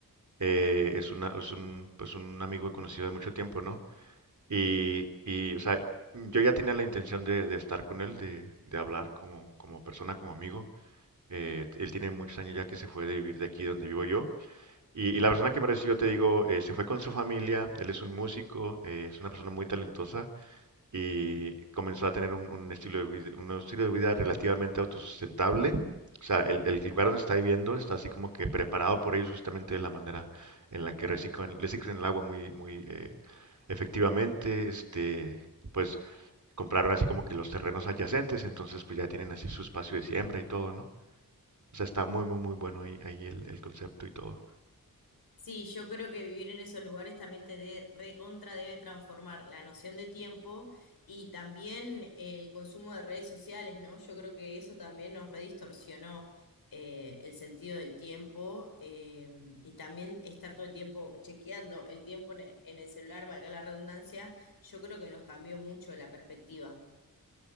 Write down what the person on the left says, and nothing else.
Sí, yo creo que vivir en esos lugares también te de, recontra debe transformar la noción de tiempo y también el consumo de redes sociales, ¿no? Yo creo que eso también nos redistorsionó eh, el sentido del tiempo eh, y también estar todo el tiempo chequeando el tiempo en el, en el celular, valga la redundancia, yo creo que nos cambió mucho la perspectiva.